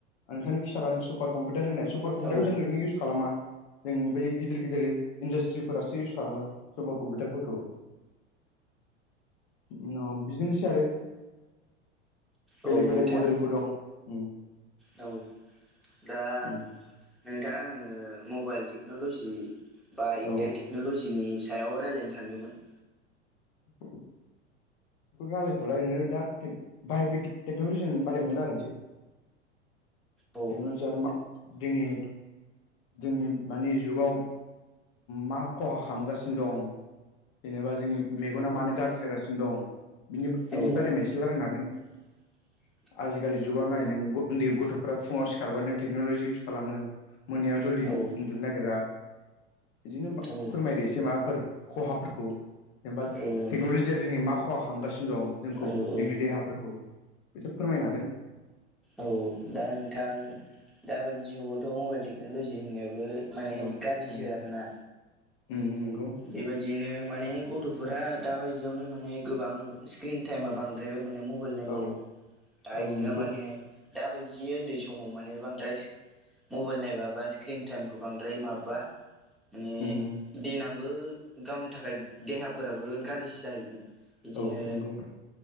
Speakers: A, on the left (about 55°); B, in the centre.
A: आं नोंथांनो खिथाखादों सुपार कम्पिउटार होननाय सुपार कम्पिउटारखौ
B: औ
A: जों ओरैनो इउस खालामा जों बे गिदिर गिदिर इन्डासट्रिफोरासो इउस खालामो सुपार कम्पिउटारफोरखौ। उम बिदिनोसै आरो,
B: औ
A: बेलेग बेलेग
B: नोंथां
A: मडेलबो दं उम।
B: औ। दा
A: उम
B: नोंथां आङो मबाइल टेक्नल'जि बा ए
A: औ
B: आइ टेक ल'जिनि सायाव रायज्लायनो सानदोंमोन
A: <unintelligible> रायलायथ'लाय नो दा बायबिग टेक्न'लजिनि बागै लारायनोसै
B: उम
A: टेकनलजि आरो मा दिनै जोंनि मानि जुगाव मा खहा खालामगासिनो दं जेनेबा जोंनि मेगना मानो गाज्रि जागासिनो दं बेनि बा बेनि
B: औ
A: बारै म एसे रायलायनो हागोन।
B: <inaudible>
A: आजिखालि जुगाव नाय नों उन्दै गथ'फोरा फुंआव सिखारबानो टेक्न'लजि इउस खालामो। मोनायाव जलदि
B: औ
A: उन्दुनो नागिरा बिदिनो फोरमायदो
B: औ
A: एसे माबाफोर खहाफोरखौ जेनेबा
B: औ
A: टेक्न'लजिया जोंनि मा खहा खमगासिनो दं जोंखौ
B: औ औ
A: जोंनि देहाफोरखौ एसे फोरमायनो हागोन?
B: औ दा नोंथां दााबायदि जुगावथ' मबाइल टेक्न'लजि होननायाबो माने
A: औ
B: गाज्रिसो
A: औ
B: आरोना
A: उम नंगौ
B: बेबायदिनो माने गथ'फोरा दा बायदियावनो माने गोबां स्क्रिन टाइमा बांद्रायबाय माने मबाइ मबेल नायनाया
A: औ
B: दा बिदिनो
A: औ नंगौ
B: माने दाबायदि उन्दै समाव माने बांद्राय मबाइल नायबाबा स्क्रिन टाइमखौ बांद्राय माबा माने
A: उम
B: देनांबो गावनि थाखाय देहाफोराबो गाज्रिसो जाहैगोन बिदिनो
A: औ नंगौ